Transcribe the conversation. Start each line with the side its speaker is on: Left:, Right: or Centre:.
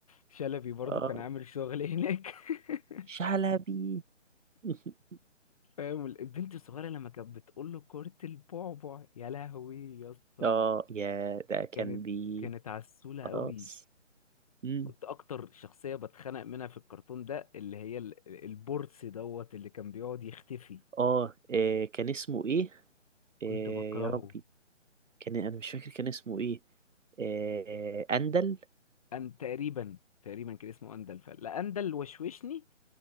Left: شلبي برضو
Right: اه
Left: كان عامل شغل هناك <laughs>
Right: شلبي <laughs>
Left: فاهم البنت الصغيرة لما كانت بتقول له كرة البعبع يا لهوي يا اسطى
Right: اه يا ده كان
Left: كانت
Right: بي
Left: كانت عسولة
Right: خلاص
Left: قوي
Right: مم.
Left: كنت اكتر شخصية بتخنق منها في الكرتون ده اللي هي ال- البورس دوت اللي كان بيقعد يختفي
Right: اه آه، كان اسمه ايه آه
Left: كنت بكرهه
Right: يا ربي كان انا مش فاكر كان اسمه ايه آه اندل
Left: ان تقريبا تقريبا كان اسمه اندل فلا اندل وشوشني